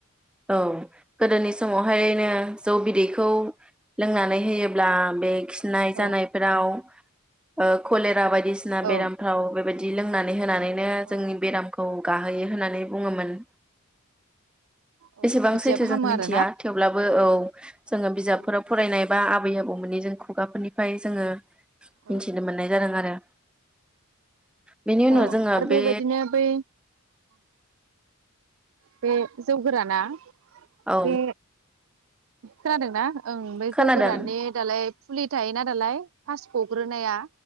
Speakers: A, in the centre; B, on the right.
A: औ गोदोनि समावहायनो जौ बिदैखौ लोंनानै होयोब्ला बे खिनाय
B: औ
A: जानायफोराव ओ खलेरा बायदि बायदिसिना
B: औ
A: बेरामाव बिदि लोंनानै होनानै नो
B: अ
A: जोंनि बेरामखौ गाहोयो होननानै बुङोमोन।
B: अ
A: एसेबां
B: बिदियाबो
A: सैथो
B: हामो
A: जों मिथिया
B: आरोना
A: थेवब्लाबो औ जोङो बिजाबफोराव
B: औ
A: फरायनाय बा आबै आबौमोननि जों खुगाफोरनिफ्राय जोङो-
B: औ
A: मिथिनो मोननाय जादों आरो। <inaudible> बेनि उनाव
B: औ
A: जोङो
B: आरो
A: बे
B: बेबायदिनो बै बे जौ गोराना
A: औ
B: बे खोनादोंना ओं बे
A: खोनादों
B: जौ गोराननि दालाय फुलि थायोना दालाय फास् ग'ग्रोनाया